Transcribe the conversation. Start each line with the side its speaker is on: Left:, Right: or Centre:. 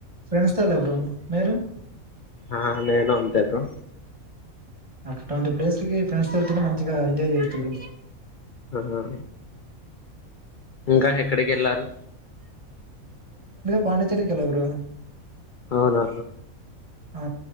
Right: ఫ్రెండ్స్ తో వెళ్ళ బ్రో మీరు
Left: ఆ నేను అంతే బ్రో
Right: అటువంటి ప్లేస్ కి ఫ్రెండ్ తో వెళ్తేనే మంచిగా ఎంజాయ్ చేయచ్చు బ్రో
Left: ఆ ఇంకా
Right: మ్మ్.
Left: ఎక్కడికి వెళ్ళారు
Right: పాండిచేర్రీ కి వెళ్ళ బ్రో
Left: అవునా
Right: ఆ